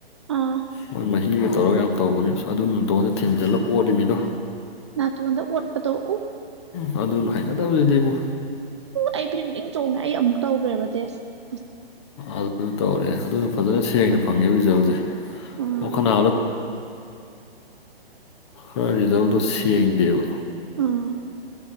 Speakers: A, on the right (about 30°); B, on the left (about 30°).
A: ꯑꯥ
B: ꯃꯣꯏ ꯃꯍꯤꯒ ꯇꯧꯔꯒ ꯌꯥꯝ ꯇꯧꯕꯅꯦ ꯑꯗꯨ
A: ꯅꯥꯇꯣꯟꯗ ꯑꯣꯠꯄꯗꯣ ꯎ
B: ꯑꯗꯨꯅ ꯍꯩꯅꯗꯕꯁꯤꯗꯤꯕꯨ
A: ꯑꯩ ꯐꯤꯔꯛꯅꯤꯡ ꯆꯣꯡꯉꯦ ꯑꯩ ꯑꯃꯨꯛ ꯇꯧꯈ꯭ꯔꯦꯕ ꯇꯁ <unintelligible>
B: ꯑꯗꯨꯁꯨ ꯇꯧꯔꯑꯦ ꯑꯗꯨꯅ ꯐꯖꯅ ꯁꯦꯡꯅ ꯐꯪꯉꯦꯕ ꯔꯤꯖꯜꯁꯦ
A: ꯑꯥ
B: ꯑꯣ ꯈꯅꯥ ꯅꯪ ꯔꯤꯖꯜꯇꯣ ꯁꯦꯡꯗꯦꯕ
A: ꯑꯥ